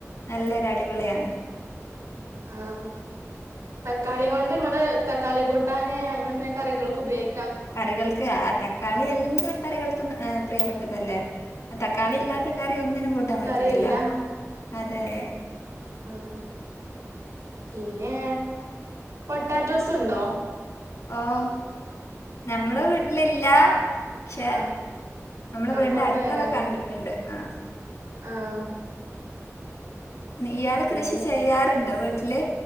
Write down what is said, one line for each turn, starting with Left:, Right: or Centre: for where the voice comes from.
Left: നല്ലൊരു അടിപൊളിയാണ്
Right: ആഹ് തക്കാളി കൊണ്ട് ഇങ്ങള് തക്കാളി കൂട്ടാന് അങ്ങനെ പിന്നെ കറികൾക്ക് ഉപയോഗി
Left: കറികൾക്ക് ആഹ് തക്കാളി എല്ലാ കറികൾക്കും ഹ് പ്രിയപ്പെട്ടതെല്ലേ ആഹ് തക്കാളി ഇല്ലാത്ത കറി ഒന്നിനും കൂട്ടാംപറ്റത്തില്ല
Right: കറിയില്ല
Left: അതെ അതെ
Right: ആഹ് പിന്നെ പൊട്ടാറ്റോസ് ഇണ്ടോ
Left: ഓഹ് നഞമ്മളെ വീട്ട്ലില്ല പക്ഷെ
Right: ആഹ്
Left: നമ്മളെ
Right: ആഹ്
Left: വീടിന്റ
Right: കൊണ്ടുവരാറുണ്ട്
Left: അട്ത്തൊക്കെ കണ്ട്ട്ട്ണ്ട് ആഹ്
Right: ആഹ്
Left: ഇയാള്
Right: പിന്നെ
Left: കൃഷി ചെയ്യാറ്ണ്ടോ വീട്ടില്